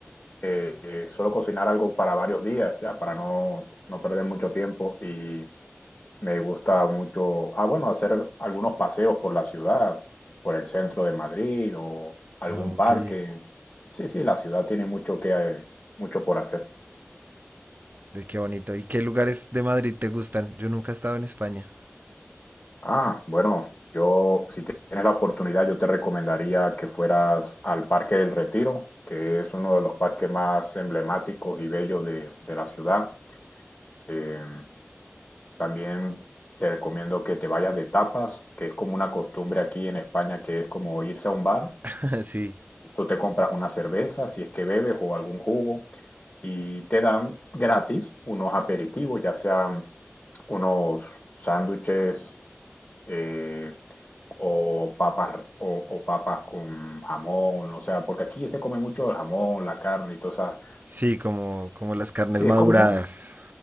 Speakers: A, on the left; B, on the right.
A: eh, eh, suelo cocinar algo para varios días, ya, para no, no perder mucho tiempo y me gusta mucho, ah, bueno, hacer algunos paseos por la ciudad, por el centro de Madrid o algún
B: Ah, Ok,
A: parque. Sí, sí, la ciudad tiene mucho que, mucho por hacer.
B: ve qué bonito. ¿Y qué lugares de Madrid te gustan? Yo nunca he estado en España.
A: Ah, bueno, yo si tienes la oportunidad, yo te recomendaría que fueras al Parque del Retiro, que es uno de los parques más emblemáticos y bellos de, de la ciudad. Eh, también te recomiendo que te vayas de tapas, que es como una costumbre aquí en España, que es como irse a un bar.
B: <laughs> Sí,
A: Tú te compras una cerveza, si es que bebes, o algún jugo, y te dan gratis unos aperitivos, ya sean unos sándwiches. eh, o papas, o, o papas con jamón, o sea, porque aquí se come mucho el jamón, la carne y todo eso.
B: sí, como, como las carnes
A: Sí,
B: maduradas.
A: es común.